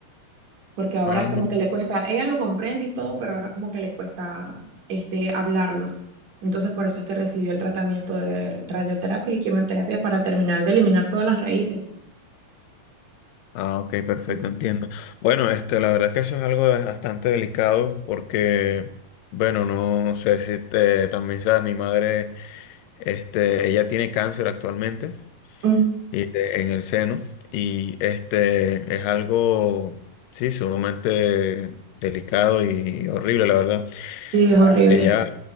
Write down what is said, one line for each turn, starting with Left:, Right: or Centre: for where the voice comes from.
Right: porque ahora
Left: Ah,
Right: como que le cuesta, ella lo comprende y todo, pero ahora como que le cuesta este, hablarlo. Entonces, por eso es que recibió el tratamiento de radioterapia y quimioterapia para terminar de eliminar todas las raíces.
Left: ah, ok, perfecto,
Right: Ujú.
Left: entiendo. Bueno, este, la verdad que eso es algo de- bastante delicado, porque, bueno, no sé si te, también sabes, mi madre, este, ella tiene cáncer actualmente.
Right: Mm,
Left: y de- en el seno. Y este es algo, sí, sumamente delicado y horrible, la verdad.
Right: Sí, es horrible.
Left: Ella,